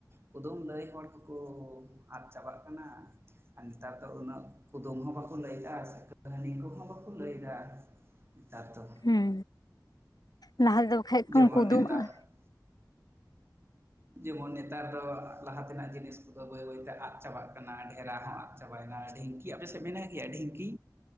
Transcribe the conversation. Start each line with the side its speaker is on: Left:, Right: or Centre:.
Right: ᱠᱩᱫᱩᱢ ᱞᱟᱹᱭ ᱦᱚᱲ ᱠᱚ ᱠᱚ ᱟᱫ ᱪᱟᱵᱟᱜ ᱠᱟᱱᱟ ᱟᱨ ᱱᱮᱛᱟᱨ ᱫᱚ ᱩᱱᱟᱹᱜ ᱠᱩᱫᱩᱢ ᱦᱚᱸ ᱵᱟᱠᱚ ᱞᱟᱹᱭ ᱫᱟ ᱥᱮ ᱠᱟᱹᱦᱱᱤ ᱠᱚᱦᱚᱸ ᱵᱟᱠᱚ ᱞᱟᱹᱭ ᱮᱫᱟ ᱱᱮᱛᱟᱨ ᱫᱚ
Left: ᱦᱩᱸ ᱞᱟᱦᱟ ᱛᱮᱫᱚ ᱵᱟᱠᱷᱟᱡ
Right: ᱡᱮᱢᱚᱱ
Left: ᱠᱚ ᱩᱫᱩᱠᱚᱼᱟ
Right: ᱱᱮᱛᱟᱨ ᱡᱮᱢᱚᱱ ᱱᱮᱛᱟᱨ ᱫᱚ ᱞᱟᱦᱟ ᱛᱮᱱᱟᱜ ᱡᱤᱱᱤᱥ ᱠᱚᱫᱚ ᱵᱟᱹᱭ ᱵᱟᱹᱭ ᱛᱮ ᱟᱫ ᱪᱟᱵᱟᱜ ᱠᱟᱱᱟ ᱰᱮᱨᱟ ᱟᱸᱜ ᱪᱟᱵᱟᱭᱮᱱᱟ ᱰᱷᱤᱝᱠᱤ ᱟᱯᱮᱥᱮᱫ ᱢᱮᱱᱟᱜ ᱜᱮᱭᱟ ᱰᱷᱤᱝᱠᱤ?